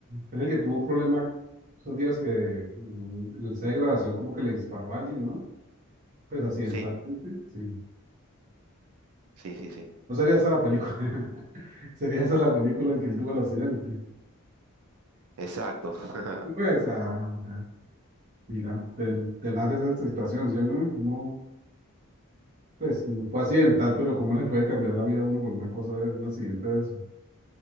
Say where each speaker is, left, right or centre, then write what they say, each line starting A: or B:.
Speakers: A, on the right; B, on the right.
A: es el que tuvo un problema esos días que mm, en el set de grabación como que le disparó a alguien, ¿no? Pues accidentalmente,
B: Sí,
A: sí.
B: sí, sí, sí.
A: No sería esa la película, <laughs> sería esa la película en que él tuvo el accidente.
B: Exacto. <laughs>
A: Y pues, ah, mira. Mira, te, te nace esa situación, ¿sí o no? Como, pues, no fue accidental, pero cómo le puede cambiar la vida a uno con una cosa, de- un accidente de eso.